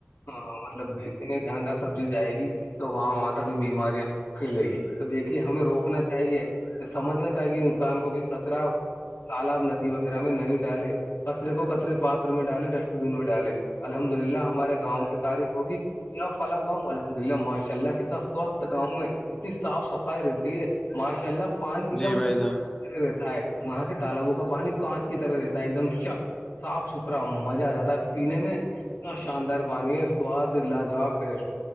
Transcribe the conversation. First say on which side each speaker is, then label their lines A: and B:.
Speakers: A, on the left; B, on the left.
A: ہاں مطلب بیچیں گے جہاں جہاں سبزی جائے گی تو وہاں وہاں تک بھی بیماریاں کھیلے گی تو دیکھیے ہمیں روکنا چاہیے سمجھنا چاہیے انسان کو کہ کچرا تالاب ندی وغیرہ میں نہیں ڈالے کچرے کو کچرے پاتر میں ڈالے ڈسٹ بین میں ڈالے الحمد للہ ہمارے گاؤں کی تعف ہوگی فلا گاؤں الحمد للہ ماشاء اللہ کتنا سوستتھ گاؤں میں کتنی صاف صفائی رہتی ہے ماشاء اللہ پانی ایک
B: جی
A: دم
B: بھائی جان
A: طرح رہتا ہے وہاں کے تالابوں کا پانی کانچ کی طرح رہتا ہے ایک دم شک صاف ستھرا مزہ آ جاتا ہے پینے میں اتنا شاندار پانی ہے سواد لاجاب ٹیسٹ